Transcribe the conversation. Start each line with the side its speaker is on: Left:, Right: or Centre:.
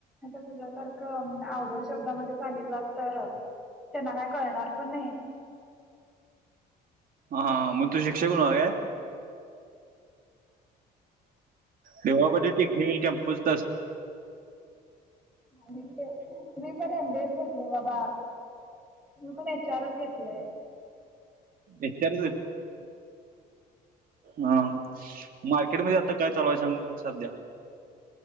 Centre: तर तुझ्यासारखं अवघड शब्दामध्ये सांगितलंस तर त्यांना काय कणार पण नाही.
Right: हा मग तू शिक्षक होणार काय देवा पाटील टेक्निकल कॅम्पस
Centre: मी पण ए. बीए बसले बाबा. हा. मी पण एच. आर. घे लय.
Right: एच. आर. हा मार्केटमध्ये आता काय चालू हाय सांग सध्या.